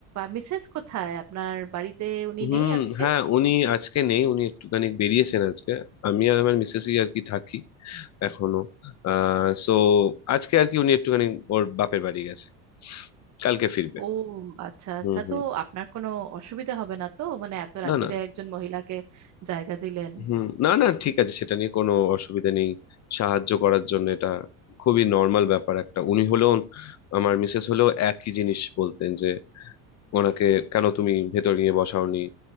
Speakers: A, on the right (about 45°); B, on the left (about 45°).
A: মিসেস কোথায় আপনার বাড়িতে উনি
B: হুম
A: নেই আছে
B: হ্যাঁ উনি আজকে নেই উনি একটুখানি বেরিয়েছেন আজকে আমি আর আমার মিসেসই আর কি থাকি এখনো আহ সো আজকে আর কি উনি একটুখানি ওর বাপের বাড়ি গেছে কালকে ফিরবে
A: ও আচ্ছা আচ্ছা
B: হুম হুম
A: তো আপনার কোনো অসুবিধা হবে না তো মানে এত রাত্তিরে
B: না না
A: একজন মহিলাকে জায়গা দিলেন
B: হুম না না ঠিক আছে সেটা নিয়ে কোনো অসুবিধা নেই সাহায্য করার জন্য এটা খুবই নর্মাল ব্যাপার একটা উনি হলেও আমার মিসেস হলেও একই জিনিস বলতেন যে ওনাকে কেন তুমি ভেতর নিয়ে বসাওনি